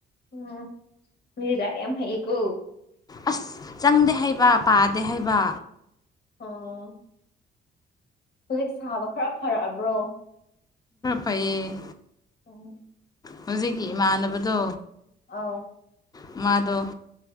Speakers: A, on the left (about 55°); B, on the left (about 20°).
A: ꯎꯝ ꯃꯗꯤ ꯗꯥꯔꯤꯌꯥ ꯍꯀꯣ
B: ꯑꯁ ꯆꯪꯗꯦ ꯍꯥꯏꯩꯕ ꯄꯥꯗꯦ ꯍꯥꯏꯕ
A: ꯑꯣ ꯍꯧꯖꯤꯛ ꯁꯥꯕ ꯈꯔ ꯐꯔꯛꯑꯕ꯭ꯔꯣ
B: ꯄꯌꯦ
A: ꯑꯣ
B: ꯍꯧꯖꯤꯛꯀꯤ ꯏꯃꯥꯟꯅꯕꯗꯣ
A: ꯑꯥ
B: ꯃꯥꯗ